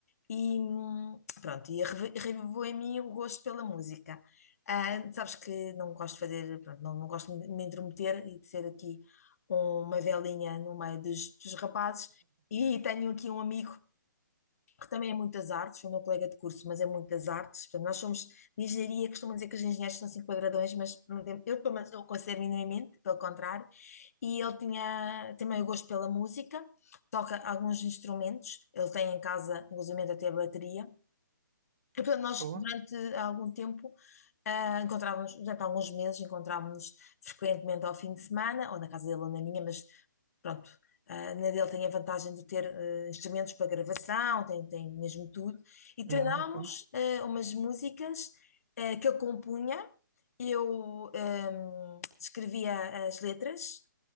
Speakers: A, on the left (about 45°); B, on the right (about 45°).
A: e hum, pronto, e arreve- revivou em mim o gosto pela música. Ah, sabes que não gosto de fazer, pronto, não, não gosto de me intrometer e de ser aqui uma velinha no meio dos, dos rapazes. E tenho aqui um amigo porque também é muitas artes, foi o meu colega de curso, mas é muitas artes. Portanto, nós somos de engenharia, costumam dizer que os engenheiros são cinco quadradões, mas não tem, eu pelo menos não o considero minimamente, pelo contrário. E ele tinha também o gosto pela música, toca alguns instrumentos, ele tem em casa, inclusive até a bateria, e, portanto, nós
B: Boa.
A: durante algum tempo, ah, encontrávamos, durante alguns meses, encontrávamos frequentemente ao fim de semana, ou na casa dele ou na minha, mas pronto, ah, na dele tem a vantagem de ter ah, instrumentos para gravação, tem, tem mesmo tudo, e
B: Não,
A: treinámos
B: ok.
A: ah, umas músicas ah, que ele compunha, eu ahm, escrevia as letras,